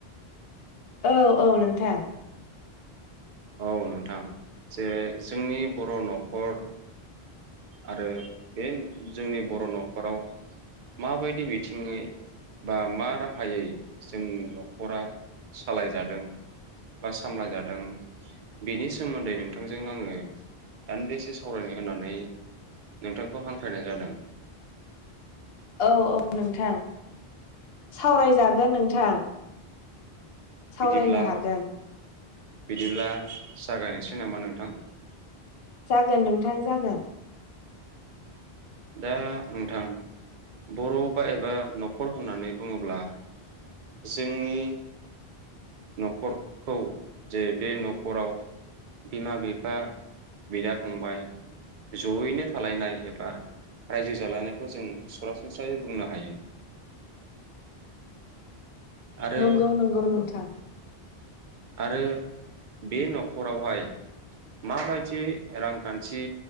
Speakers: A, on the left; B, on the right.
A: औ - औ नोंथां
B: औ नोंथां जे जोंनि बर नखर आरो बे जोंनि बर नखराव माबायदि बिथिङै बा मा राहायै जोंनि नखरा सालायजादों बा सामलायजादों बेनि सोमोन्दै नोंथांजों आङो दान्दिसे सावरायनो होननानै नोंथांखौ हांख्रायनाय जादों
A: औ - औ नोंथां सावरायजागोन नोंथां सावरायनो
B: बिदिब्ला
A: हागोन
B: बिदिब्ला जागायनोसै नामा नोंथां
A: जागोन नोंथां जागोन
B: दा नोंथां बर बा एबा नखर होननानै बुङोब्ला जोंनि नखरखौ जे बे नखराव बिमा बिफा बिदा फंबाय जयैनो थालायनाय एबा रायजो जालायनायखौ जों सरासनस्रायै बुंनो हायो आरो
A: नंगौ नंगौ नोंथां
B: आरो बे नखरावहाय माबायदि रांखान्थि